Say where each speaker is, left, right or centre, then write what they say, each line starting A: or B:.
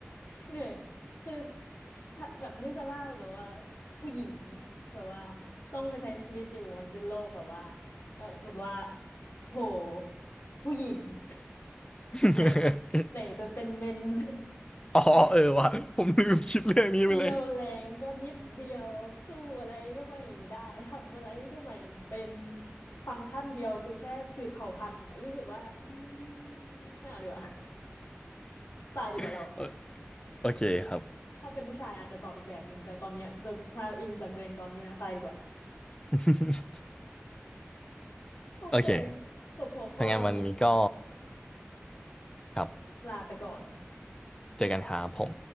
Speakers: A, on the left (about 80°); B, on the left (about 20°).
A: เหนื่อยคือถ้าแบบนึกสภาพแบบว่าผู้หญิงแบบว่าต้องไปใช้ชีวิตอยู่วันสิ้นโลกแบบว่าเออแบบว่าโหผู้หญิง <laughs>
B: <laughs>
A: ไหนไหนจะเป็นเมน <laughs>
B: อ๋อเออว่ะผมลืมคิดเรื่องนี้ไปเลย
A: ไหนเรียวแรงก็นิดเดียวสู้อะไรก็ไม่ได้ทำอะไรก็ไม่เป็นฟังก์ชันเดียวคือแค่สืบเผ่าพันธุ์อะรู้สึกว่าอืมไม่เอาดีกว่าตายดีกว่าเรา
B: <laughs> โอโอเคครับ
A: ถ้าเป็นผู้ชายอาจจะตอบอีกแบบหนึ่งแต่ตอนเนี้ยแต่ถ้าอิงจากตัวเองตอนนี้นะตายดีกว่า
B: <laughs>
A: โอเค
B: โอเค
A: จบหัวข้อวันนี้
B: ถ้างั้นวันนี้ก็ครับ
A: ลาไปก่อน
B: เจอกันครับผม